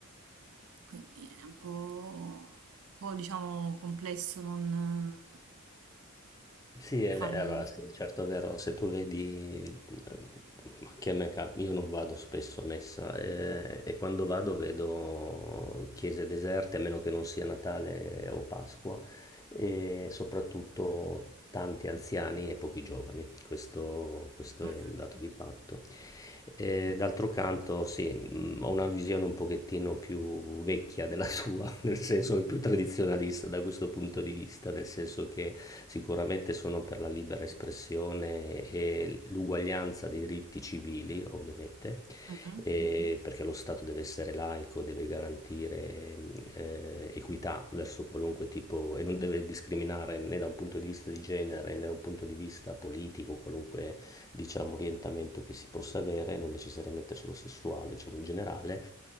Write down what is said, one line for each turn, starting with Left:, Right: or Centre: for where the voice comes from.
Right: quindi è un po', un po', diciamo complesso non,
Left: Sì,
Right: non
Left: è
Right: farli.
Left: ve- allora sì, certo è vero, se tu vedi, eh, anche a me cap- io non vado spesso a messa eh, e quando vado vedo chiese deserte, a meno che non sia Natale o Pasqua, e soprattutto tanti anziani e pochi giovani, questo, questo
Right: Mm,
Left: è un dato di fatto. Eh, d'altro canto, sì, mh, ho una visione un pochettino più vecchia della sua, <laughs> nel senso più tradizionalista da questo punto di vista, nel senso che sicuramente sono per la libera espressione e l'uguaglianza dei diritti civili, ovviamente,
Right: mhm.
Left: e perché lo Stato deve essere laico, deve garantire mh, eh, equità verso qualunque tipo e non deve discriminare né da un punto di vista di genere né da un punto di vista politico, qualunque diciamo, orientamento che si possa avere, non necessariamente solo sessuale, diciamo in generale.